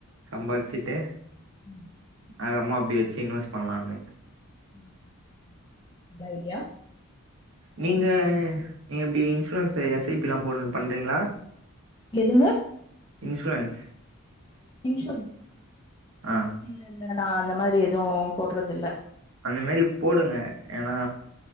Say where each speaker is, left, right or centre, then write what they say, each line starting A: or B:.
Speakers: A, on the right; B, on the left.
A: சம்பாதிச்சுட்டு
B: ம்
A: அதுக்கப்றமா அப்டி வெச்சு இன்வெஸ்ட் பண்லான்னு
B: ம் குட் ஐடியா
A: நீங்க எப்டி இன்சூரன்ஸ்ஸு எஸ் ஐ பில்லா போட்ற பண்றீங்களா
B: எதுங்க
A: இன்சுரன்ஸ்
B: இன்சுர
A: ஆ
B: இல்ல இல்ல நா அந்த மாரி எதுவு போட்றதுல்ல
A: அந்த மாரி போடுங்க ஏனா